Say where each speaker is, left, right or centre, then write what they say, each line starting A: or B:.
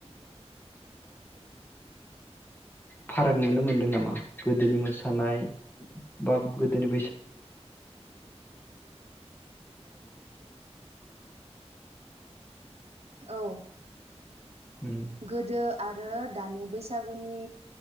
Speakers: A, on the left; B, on the right.
A: फाराग नुनो मोनदों नामा? गोदोनि मोसानाय बा गोदोनि
B: औ
A: उम
B: गोदो आरो दानि। बैसागुनि